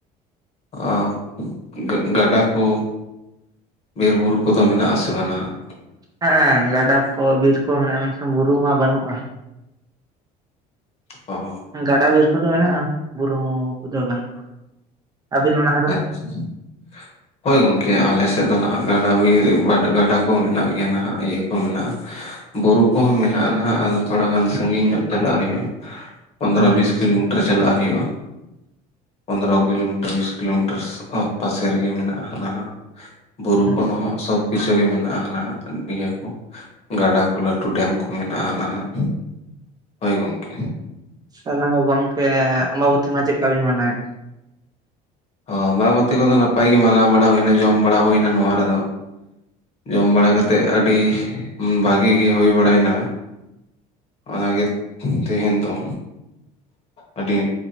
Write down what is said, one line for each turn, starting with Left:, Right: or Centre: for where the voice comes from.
Left: ᱚ ᱜᱟ-ᱜᱟᱰᱟ ᱠᱚ, ᱵᱤᱨ ᱵᱩᱨᱩ ᱠᱚᱫᱚ ᱢᱮᱱᱟᱜᱼᱟ ᱥᱮ ᱵᱟ ᱱᱟᱦᱟᱜ?
Right: ᱦᱮᱸ ᱜᱟᱰᱟ ᱠᱚ ᱵᱤᱨ ᱠᱚ ᱢᱮᱱᱟᱜᱼᱟ ᱢᱮᱱ ᱵᱩᱨᱩ ᱢᱟ ᱵᱟᱹᱱᱩᱜᱼᱟ᱾
Left: ᱚ᱾
Right: ᱜᱟᱰᱟ ᱵᱤᱨ ᱠᱚᱫᱚ ᱢᱮᱱᱟᱜᱼᱟ, ᱵᱩᱨᱩ ᱠᱚᱫᱚ ᱵᱟᱹᱱᱩᱜᱼᱟ, ᱟᱹᱵᱤᱱ ᱚᱱᱟ ᱫᱷᱟᱨᱮ ᱫᱚ?
Left: <inaudible> ᱦᱳᱭ ᱜᱚᱝᱠᱮ ᱟᱞᱮ ᱥᱮᱫ ᱫᱚ ᱱᱟᱦᱟᱜ ᱜᱟᱰᱟ ᱵᱤᱨ ᱜᱟᱰᱟ ᱠᱚ ᱢᱮᱱᱟᱜ ᱜᱮᱭᱟ ᱱᱟᱦᱟᱜ ᱤᱭᱟᱹ ᱠᱚ ᱢᱮᱱᱟᱜᱼᱟ᱾ ᱵᱩᱨᱩ ᱠᱚᱦᱚᱸ ᱢᱮᱱᱟᱜᱼᱟ ᱱᱟᱦᱟᱜ ᱟᱫᱚ ᱛᱷᱚᱲᱟ ᱜᱟᱱ ᱥᱟᱹᱜᱤᱧ ᱧᱚᱜ ᱪᱟᱞᱟᱜ ᱦᱩᱭᱩᱜᱼᱟ᱾ ᱯᱚᱱᱫᱽᱨᱚ
Right: ᱟᱪᱪᱷᱟ
Left: ᱵᱤᱥ ᱠᱤᱞᱳᱢᱤᱴᱟᱨ ᱪᱟᱞᱟᱜ ᱦᱩᱭᱩᱜᱼᱟ, ᱯᱚᱱᱫᱽᱨᱚ ᱠᱤᱞᱳᱢᱤᱴᱟᱨ ᱵᱤᱥ ᱠᱤᱞᱳᱢᱤᱴᱟᱨ ᱥᱚ ᱟ ᱯᱟᱥᱮ ᱨᱮᱜᱮ ᱢᱮᱱᱟᱜᱼᱟ ᱦᱟᱱᱟ ᱦᱟᱸᱜ ᱵᱩᱨᱩ
Right: ᱦᱮᱸ
Left: ᱠᱷᱚᱱ ᱦᱚ ᱥᱚᱵ ᱠᱩᱭᱥᱟ ᱜᱮ ᱢᱮᱱᱟᱜᱼᱟ ᱦᱟᱱᱟᱜ ᱤᱭᱟᱹ ᱠᱚ ᱜᱟᱰᱟ ᱠᱚ ᱞᱟᱹᱴᱩ ᱰᱮᱢ ᱠᱚ ᱢᱮᱱᱟᱜᱼᱟ ᱱᱟᱦᱟᱜ᱾ ᱦᱳᱭ ᱜᱚᱝᱠᱮ᱾
Right: ᱛᱟᱦᱚᱞᱮ ᱦᱚ ᱜᱚᱢᱠᱮ ᱟᱢᱵᱟᱵᱚᱛᱤ ᱢᱟ ᱪᱮᱫᱠᱟ ᱵᱤᱱ ᱢᱟᱱᱟᱣᱟ ᱮᱫᱟ?
Left: ᱚ ᱟᱢᱵᱟᱵᱚᱛᱤ ᱠᱚᱫᱚ ᱱᱟᱯᱟᱭ ᱜᱮ ᱢᱟᱱᱟᱣ ᱵᱟᱲᱟ ᱦᱩᱭᱱᱟ ᱡᱚᱢ ᱵᱟᱲᱟ ᱦᱩᱭᱱᱟ ᱱᱚᱣᱟ ᱨᱮᱫᱚ᱾ ᱡᱚᱢ ᱵᱟᱲᱟ ᱠᱟᱛᱮᱜ ᱟᱹᱰᱤ ᱵᱷᱟᱜᱮ ᱜᱮ ᱦᱩᱭ ᱵᱟᱲᱟᱭ ᱱᱟ᱾ ᱚᱱᱟ ᱜᱮ ᱛᱮᱦᱮᱧ ᱫᱚ ᱟᱹᱰᱤ᱾